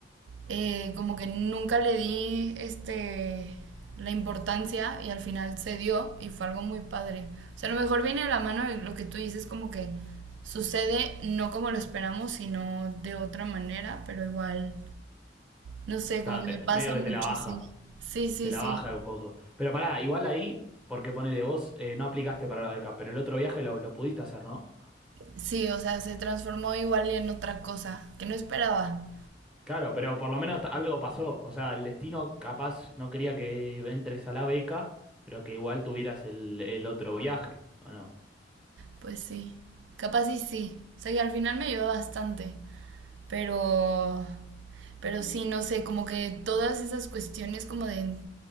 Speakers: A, on the right; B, in the centre.
A: eh, como que nunca le di este, la importancia y al final se dio y fue algo muy padre. O sea, a lo mejor viene de la mano de lo que tú dices, como que sucede no como lo esperamos, sino de otra manera, pero igual no sé,
B: claro,
A: como que
B: te-
A: me pasa
B: medio que
A: mucho,
B: te la baja,
A: sí. Sí, sí,
B: te la
A: sí.
B: baja un poco. Pero pará, igual ahí, porque ponele vos, eh, no aplicaste para la beca, pero el otro viaje lo, lo pudiste hacer, ¿no?
A: Sí, o sea, se transformó igual y en otra cosa que no esperaba.
B: Claro, pero por lo menos algo pasó. O sea, el destino capaz no quería que entres a la beca, pero que igual tuvieras el, el otro viaje, ¿o no?
A: Pues sí. Capaz y sí. O sea, que al final me ayudó bastante. Pero. Pero sí, no sé, como que todas esas cuestiones como de.